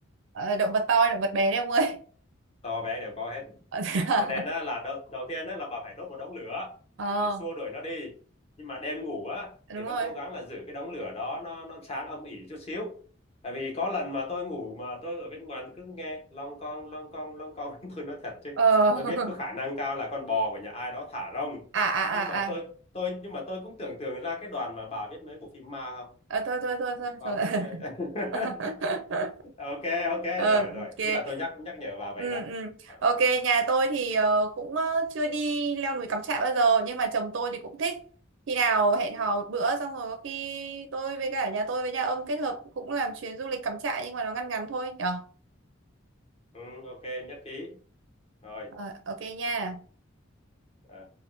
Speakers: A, on the right; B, on the left.
A: ờ, động vật to hay động vật bé đấy ông ơi
B: to bé đều có hết
A: <laughs>
B: cho nên á, là đầu, đầu tiên á, là bà phải đốt một đống lửa
A: ờ
B: để xua đuổi nó đi nhưng mà đêm ngủ á
A: đúng
B: thì vẫn
A: rồi
B: cố gắng là giữ cái đống lửa đó nó nó sáng âm ỉ chút xíu tại vì có lần mà tôi ngủ mà tôi ở bên ngoài cứ nghe long con long con long con <laughs> tôi nói thật chứ
A: ờ
B: tôi
A: <laughs>
B: biết có khả năng cao là con bò của nhà ai đó thả rông
A: à à
B: nhưng
A: à
B: mà tôi
A: à
B: tôi nhưng mà tôi cũng tưởng tượng ra cái đoàn mà bà biết mấy bộ phim ma không
A: à, thôi thôi thôi thôi
B: có
A: thôi
B: cái nơi-
A: <laughs>
B: <laughs> ok ok
A: Ờ,
B: rồi
A: ok
B: rồi chỉ là tôi nhắc nhắc nhở bà vậy
A: ừ
B: đó
A: ừ
B: à,
A: ok
B: ừ,
A: nhà tôi thì ờ, cũng ờ, chưa đi leo núi cắm trại bao giờ nhưng mà chồng tôi thì cũng thích khi nào hẹn
B: ừ, ừ,
A: hò một bữa xong rồi có khi tôi với cả nhà tôi với nhà ông kết hợp cũng làm chuyến du lịch cắm trại nhưng mà nó ngăn ngắn thôi nhở
B: Ừ, ok nhất trí rồi
A: Ờ, ok nha
B: à.